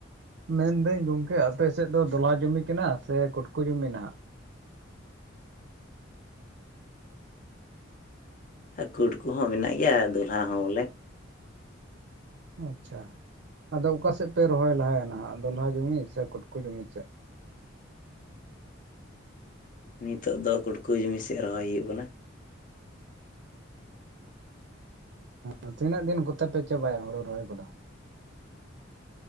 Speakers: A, on the right; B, on the left.
A: ᱢᱮᱱᱫᱟᱹᱧ ᱜᱚᱝᱠᱮ ᱟᱯᱮ ᱥᱮᱫ ᱫᱚ ᱫᱚᱞᱟᱣ ᱡᱚᱢᱤ ᱠᱟᱱᱟ ᱥᱮ ᱠᱩᱴᱠᱩᱡ ᱡᱚᱢᱤ ᱱᱟᱦᱟᱜ
B: ᱟᱠᱩᱴ ᱠᱚᱦᱚᱸ ᱢᱮᱱᱟᱜ ᱜᱮᱭᱟ ᱫᱩᱞᱦᱟ ᱦᱚᱸ ᱵᱚᱞᱮ᱾
A: ᱟᱪᱪᱷᱟ ᱟᱫᱚ ᱚᱠᱟ ᱥᱮᱫ ᱯᱮ ᱨᱚᱦᱚᱭ ᱞᱟᱦᱟᱭᱟ ᱱᱟᱦᱟᱜ ᱫᱚᱞᱦᱟ ᱡᱚᱢᱤ ᱥᱮ ᱠᱚᱴᱠᱚ ᱡᱚᱢᱤ ᱥᱮᱫ?
B: ᱱᱤᱛᱚᱜ ᱫᱚ ᱠᱩᱴᱠᱩ ᱡᱩᱢᱤ ᱥᱮᱫ ᱨᱚᱦᱚᱭ ᱦᱩᱭᱩᱜ ᱠᱟᱱᱟ᱾
A: ᱚ ᱛᱤᱱᱟᱹᱜ ᱫᱤᱱ ᱠᱚᱛᱮ ᱯᱮ ᱪᱟᱵᱟᱭᱟ ᱦᱩᱲᱩ ᱨᱚᱦᱚᱭ ᱠᱚᱫᱚ?